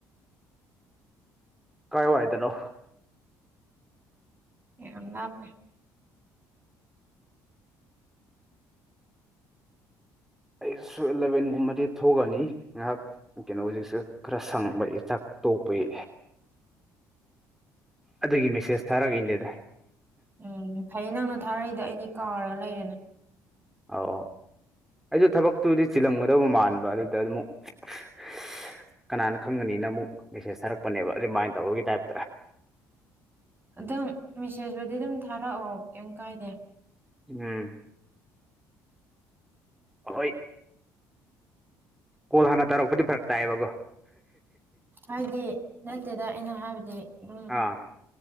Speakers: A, in the centre; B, on the right.
A: ꯀꯥꯏꯋꯥꯏꯗꯅꯣ
B: ꯌꯥꯝ ꯂꯥꯞꯄꯦ
A: ꯑꯩꯁꯨ ꯏꯂꯚꯦꯟꯒꯨꯝꯕꯗꯤ ꯊꯣꯛꯑꯅꯤ ꯉꯥꯏꯍꯥꯛ ꯀꯩꯅꯣ ꯍꯧꯖꯤꯛꯁꯨ ꯈꯔ ꯁꯪꯕ ꯏ ꯆꯥꯛ ꯇꯣꯛꯄꯒꯤ ꯑꯗꯨꯒꯤ ꯃꯦꯁꯦꯖ ꯊꯥꯔꯛꯏꯅꯦꯗ
B: ꯎꯝ ꯐꯩ ꯅꯪꯅ ꯊꯥꯔꯛꯏꯗꯣ ꯑꯩꯗꯤ ꯀꯥꯎꯔꯒ ꯂꯩꯔꯤꯅꯤ
A: ꯑꯧ ꯑꯧ ꯑꯩꯁꯨ ꯊꯕꯛꯇꯨꯗꯤ ꯆꯤꯜꯂꯝꯒꯗꯧꯕ ꯃꯥꯟꯕ ꯑꯗꯨꯗ ꯑꯃꯨꯛ <unintelligible> ꯀꯅꯥꯅ ꯈꯪꯒꯅꯤꯅ ꯑꯃꯨꯛ ꯃꯦꯁꯦꯁ ꯊꯥꯔꯛꯄꯅꯦꯕ ꯔꯤꯃꯥꯏꯟ ꯇꯧꯕꯒꯤ ꯇꯥꯏꯞꯇ
B: ꯑꯗꯨꯝ ꯃꯦꯁꯦꯖꯕꯨꯗꯤ ꯑꯗꯨꯝ ꯊꯥꯔꯑꯣ ꯀꯩꯝ ꯀꯥꯏꯗꯦ
A: ꯎꯝ ꯍꯣꯏ ꯀꯣꯜ ꯍꯥꯟꯅ ꯇꯥꯔꯛꯄꯗꯤ ꯐꯔꯛ ꯇꯥꯏꯌꯦꯕꯀꯣ
B: ꯍꯥꯏꯗꯤ ꯅꯠꯇꯦꯗ ꯑꯩꯅ ꯍꯥꯏꯕꯗꯤ ꯗꯨꯝ
A: ꯑꯥ